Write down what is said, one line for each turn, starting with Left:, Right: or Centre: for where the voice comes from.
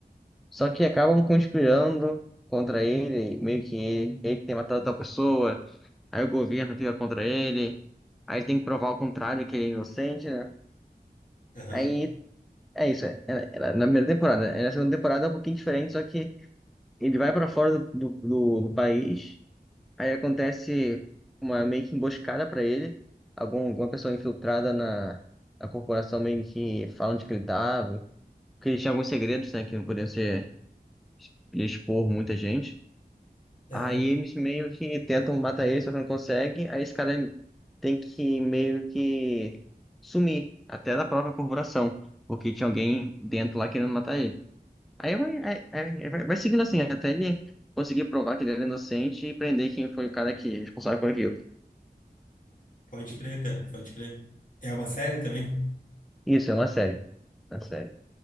Centre: Só que acabam conspirando contra ele, meio que ele, ele que tem matado tal pessoa, aí o governo fica contra ele, aí ele tem que provar o contrário, que ele é inocente, né?
Left: Aham,
Centre: Aí é isso. é- Era, era na primeira temporada. Aí na segunda temporada é um pouquinho diferente, só que ele vai pra fora do, do, do- do país. Aí acontece uma meio que emboscada pra ele. Algum, alguma pessoa infiltrada na, na corporação meio que fala onde que ele tava. Porque ele tinha alguns segredos, né? Que não podia ser podia expor muita gente.
Left: aham.
Centre: Aí eles meio que tentam matar ele, só que não consegue. Aí esse cara tem que meio que sumir até da própria corporação. Porque tinha alguém dentro lá querendo matar ele. Aí vai, aí- aí vai, vai seguindo assim, até ele conseguir provar que ele era inocente e prender quem foi o cara que é responsável por aquilo.
Left: Pode crer, cara, pode crer. É uma série também?
Centre: Isso, é uma série. É Uma série.